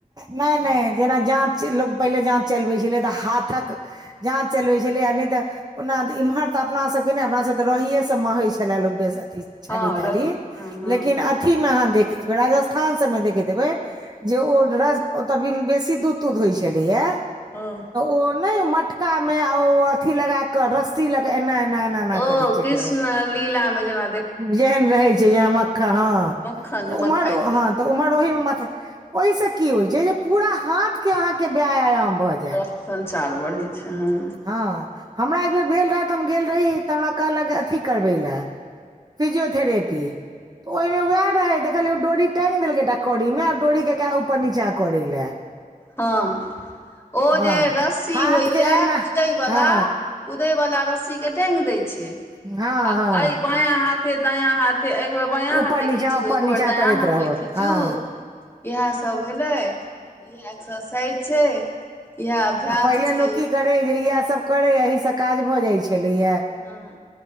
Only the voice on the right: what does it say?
नै- नै जेना जाँत लोक पहिले जाँत चलबै छलै तऽ हाथक जाँत चलबै छलै नै तऽ ओना तऽ इम्हर तऽ अपना सब के ऩै अपना सब तऽ रहिये स महै छलए लोक बेसी अथि। छाली
-ताली
लेकिन अथी मे आहाँ देखबै राजस्थान सब मे देखैत हेबै जे ओ ओतऽ बेसी दूध -तूध होय छेलैये
ओ नै मटका मे ओ अथि लगाक रस्सी लग एना एना मे मे
करै छलै
जेहन रहै छै जेना मक्खन हँ
तऽ
उम्हर
हँ तऽ उमहर ओहि मथ ओय से की होय छै जे पूरा हाथ के अहाँ के व्यायाम भऽ
हं, मरा एक बेेर भेल रहे त हम गेल रही तऽ हमरा कहलक अथि करबेै ले फिजियोथेरपी तऽ ओय मे वैह रहै त देखलियै डोरी टैंग देलकै एकटा कड़ी मे आ डोरी के कहे ऊपर नीचा करै ले
हँ
हाथ
के एना
हँ
हं हं।
ऊपर
नीचा
ऊपर
नीचा
करैत
रहू
हँ
आ पहिले
लोक की करै जे इएह सब करै इएह सब से काज भऽ जाय छलैये।